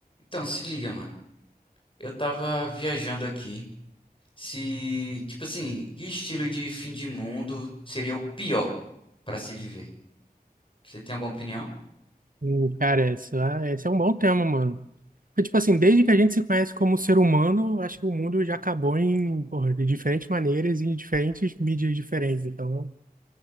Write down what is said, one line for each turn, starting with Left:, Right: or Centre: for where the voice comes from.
Left: Então, se liga, mano. Eu tava viajando aqui. Se, tipo assim, que estilo de fim de mundo seria o pior pra se viver? Você tem alguma opinião?
Right: Hum, Cara, essa, esse é um bom tema, mano. Porque, tipo assim, desde que a gente se conhece como ser humano, eu acho que o mundo já acabou em, porra, de diferentes maneiras e em diferentes mídias diferentes. Então,